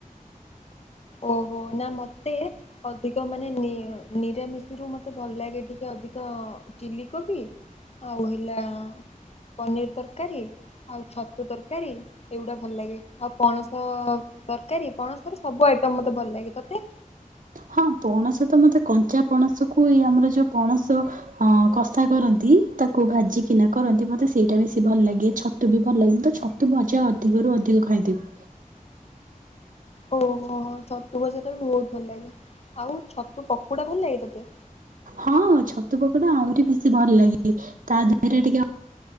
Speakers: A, on the left; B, on the right.
A: ଓହୋ ନା ମତେ ଅଧିକ ମାନେ ନି ନିରାମିଷରୁ ମତେ ଭଲ ଲାଗେ ଟିକେ ଅଧିକ ଚିଲି କୋବି ଆଉ ହେଲା ପନିର ତରକାରୀ ଆଉ ଛତୁ ତରକାରୀ ଏଉଡ଼ା ଭଲ ଲାଗେ। ଆଉ ପଣସ ତରକାରୀ ପଣସର ସବୁ ଆଇଟମ୍ ମୋତେ ଭଲ ଲାଗେ ତତେ?
B: ହଁ ପଣସ ତ ମତେ କଞ୍ଚା ପଣସକୁ ଏଇ ଆମର ଯୋଉ ପଣସ ଅ କଷା କରନ୍ତି ତାକୁ ଭାଜିିକିନା କରନ୍ତି। ମତେ ସେଇଟା ବେଶୀ ଭଲ ଲାଗେ ଛତୁ ବି ଭଲ ଲାଗେ। ମତେ ଛ ତୁ ଭଜା ଅଧିକରୁ ଅଧିକ <unintelligible> ଖାଇଦେବୁ।
A: ଓହୋ ଛତୁ ଭଜା ଟା ବି ବହୁତ ଭଲ ଲାଗେ। ଆଉ ଛତୁ ପକୋଡ଼ା ଭଲ ଲାଗେ ତୋତେ?
B: ହଁ ଛତୁ ପକଡା ଆହୁରି ବେଶୀ ଭଲ ଲାଗେ। ତା ଦେହରେ ଟିକେ